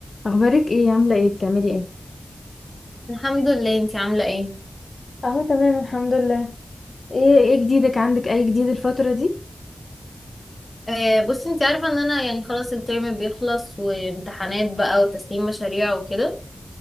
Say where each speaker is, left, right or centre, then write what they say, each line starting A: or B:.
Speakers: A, on the left; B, on the left.
A: اخبارك ايه عامله ايه بتعملي ايه
B: الحمد لله انتي عاملة ايه
A: اهو تمام الحمد لله ايه ايه جديدك عندك اي جديد الفتره دي
B: آه بصي انتي عارفة ان انا يعني خلاص الترم بيخلص وامتحانات بقى وتسليم مشاريع وكده